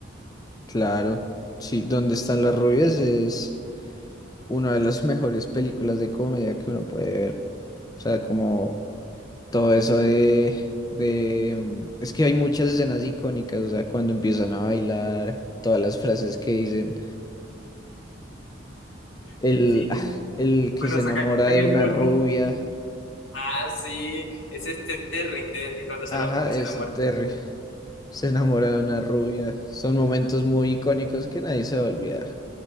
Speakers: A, on the left; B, on the left.
A: claro. Sí, ¿Dónde están las rubias? Es una de las <laughs> mejores películas de comedia que uno puede ver. O sea, como todo eso de, de... mm, Es que hay muchas escenas icónicas, o sea, cuando empiezan a bailar, todas las frases que dicen, El,
B: y que
A: ah, el que
B: cuando
A: se
B: sacan
A: enamora de
B: el
A: una
B: polvo.
A: rubia.
B: Ah, sí, ese es este Terry, Terry cuando se,
A: Ajá,
B: la, se
A: eso,
B: enamora.
A: Terry. Se enamora de una rubia. Son momentos muy icónicos que nadie se va a olvidar.